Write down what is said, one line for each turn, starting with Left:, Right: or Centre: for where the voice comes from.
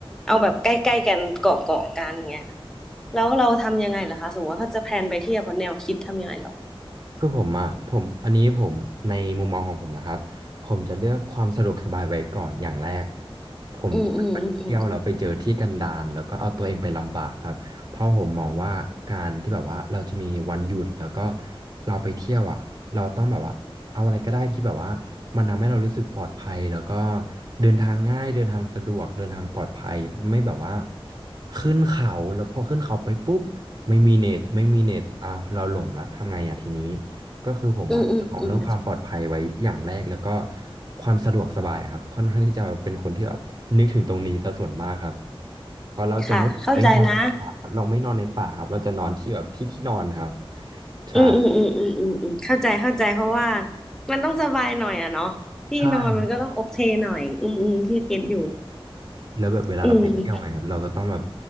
Centre: เอาแบบใกล้ๆกันเกาะเกาะกันเงี้ยค่ะแล้วเราทำยังไงล่ะคะสมมติว่าถ้าจะแพลนไปเที่ยวแนวคิดทำยังไงเหรอ
Right: คือผมอ่ะผมอันนี้ผมในมุมมองของผมนะครับผมจะเลือกความสะดวกสบายไว้ก่อนอย่างแรกผมจะไม่ไปเที่ยวแล้วไปเจอที่กันดารแล้วก็เอาตัวเองไปลำบากครับเพราะผมมองว่าการที่แบบว่าเราจะมีวันหยุดแล้วก็
Centre: อืมอืมอืม
Right: เราไปเที่ยวอ่ะเราต้องแบบว่าเอาอะไรก็ได้ที่แบบว่ามันทำให้เรารู้สึกปลอดภัยแล้วก็เดินทางง่ายเดินทางสะดวกเดินทางปลอดภัยไม่แบบว่าขึ้นเขาแล้วพอขึ้นเขาไปปุ๊บไม่มีเน็ตไม่มีเน็ตอ้าวเราหลงละทำไงอ่ะทีนี้ ก็คือผมอะเอาเรื่องความปลอดภัยไว้อย่างแรกแล้วก็
Centre: อืมอืมอืม
Right: ความสะดวกสบายครับค่อนข้างที่จะเป็นคนที่แบบนึกถึงตรงนี้ซะส่วนมากครับเพราะเราจะไม่ไปนอนในป่าครับเราไม่นอนในป่าครับเราจะนอนที่แบบที่ที่นอนครับ
Centre: ค่ะเข้าใจนะ
Right: ใช่
Centre: อืมอืมอืมอืมอืมอืมเข้าใจเข้าใจเพราะว่ามันต้องสบายหน่อยอะเนาะที่นอนมันก็ต้องโอเคหน่อยอืมอืมพี่เก็ตอยู่
Right: ใช่ครับแล้วแบบเวลาเราไปเที่ยวไงครับเราก็ต้องแบบ
Centre: อืม